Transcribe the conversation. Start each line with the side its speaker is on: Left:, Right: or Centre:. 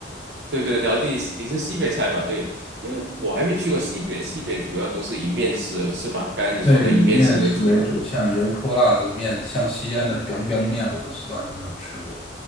Right: 对对，然后你是你是西北菜嘛？对，因为我还没去过西北，西北主要都是以面食是吗？刚才你说的以面食为主嘛，
Left: 对以面食为主，
Right: 对不对？
Left: 像油泼辣子面，像西安的 biang biang 面，我不知道你有没有吃过。